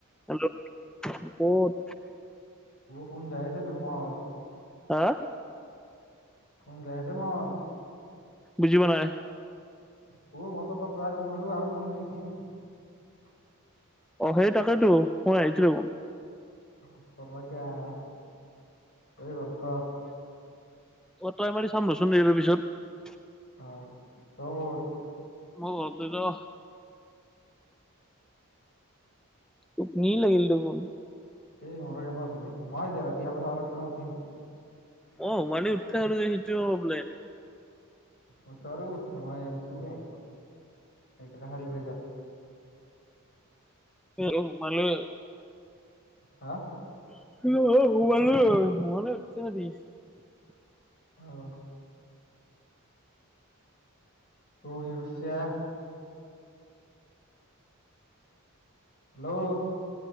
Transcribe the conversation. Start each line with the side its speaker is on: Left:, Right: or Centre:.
Centre: হেল্ল' ক'ত
Left: কোন যাই জে তোমাৰ
Centre: হা?
Left: কোন যাইছে মাৰ
Centre: বুজি পোৱা নাই
Left: <unintelligible>
Centre: অহে তাকেটো মই আহিছিলো
Left: <unintelligible>
Centre: অ তই মাৰি চাম দেচোন এই পিছত
Left: অ', <unintelligible>
Centre: মই ভাবিলো টোপনি লাগিলটো মোৰ
Left: সেই মৰো <unintelligible> ৰাতি হলে আৰু কিমান উঠিম
Centre: অ ৱানী উখ সেইটো হব বোলে
Left: মই ত আৰু মই থু যাম এ হাৰিব যাও
Centre: এ অ মালে
Left: হা?
Centre: <unintelligible>
Left: অ'। ত কি কৰছা হেল্ল'